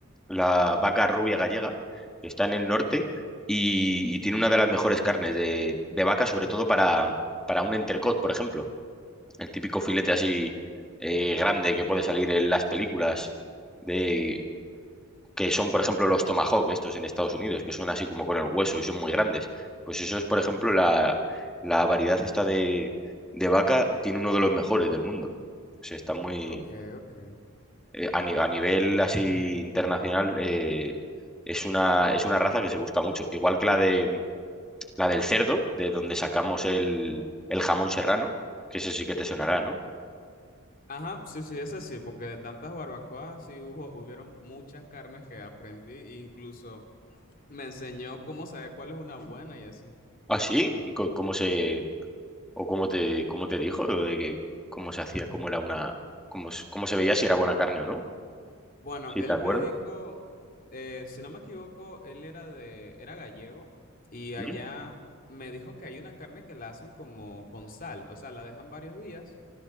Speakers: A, in the centre; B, on the left.
A: la vaca rubia gallega, que está en el norte y, y tiene una de las mejores carnes de, de vaca, sobre todo para, para un entrecot, por ejemplo. El típico filete así eh, grande que puede salir en las películas de, que son, por ejemplo, los tomahawk, estos en Estados Unidos, que son así como con el hueso y son muy grandes. Pues eso es, por ejemplo, la, la variedad esta de, de vaca tiene uno de los mejores del mundo. O sea, está muy,
B: Ok, ok.
A: eh, a, ni- a nivel así internacional eh, es una, es una raza que se busca mucho. Igual que la de la del cerdo, de donde sacamos el, el jamón serrano, que ese sí que te sonará, ¿no?
B: Ajá, sí, sí, eso sí, porque de tantas barbacoas sí hubo, hubieron muchas carnes que aprendí e incluso me enseñó cómo saber cuál es una buena y así.
A: ¿Ah, sí? ¿Y co- cómo se, o cómo te, cómo te dijo lo de que cómo se hacía, cómo era una, cómo, s- cómo se veía si era buena carne o no?
B: Bueno,
A: Si
B: él
A: te acuerdas.
B: me dijo, eh, si no me equivoco, él era de, era gallego y
A: ¿Mm?
B: allá me dijo que hay una carne que la hacen como con sal, o sea, la dejan varios días